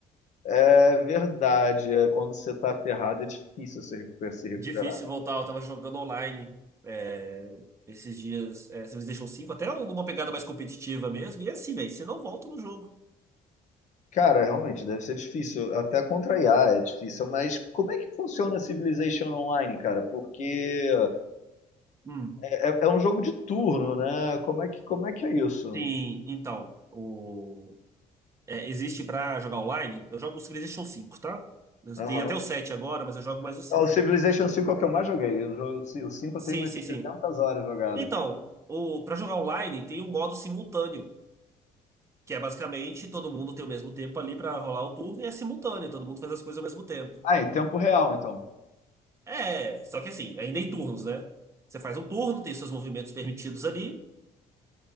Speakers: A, on the left (about 55°); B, on the right (about 20°).
A: É verdade, é, quando você tá ferrado é difícil se recu- se recuperar.
B: Difícil voltar, eu tava jogando online é, esses dias, é, Civilization cinco até um, numa pegada mais competitiva mesmo. E é assim, velho, você não volta no jogo.
A: Cara, realmente, deve ser difícil. Até contra IA é difícil, mas como é que funciona Civilization Online, cara? Porque
B: Hum.
A: é, é é um jogo de turno, né? Como é que, como é que é isso?
B: Sim, então, o, é, existe pra jogar online, eu jogo o Civilization cinco tá? Eu
A: Aham.
B: tenho até o 7 agora, mas eu jogo mais o cinco
A: Ah, O Civilization cinco, é o que eu mais joguei. O, jo- o 5
B: Sim,
A: eu tenho umas
B: sim,
A: 300
B: sim.
A: horas jogadas.
B: Então, o, pra jogar online tem um modo simultâneo. Que é basicamente todo mundo tem o mesmo tempo ali pra rolar o turno e é simultâneo, todo mundo faz as coisas ao mesmo tempo.
A: Ah, em tempo real, então.
B: É, só que assim, ainda em turnos, né? Você faz um turno, tem seus movimentos permitidos ali,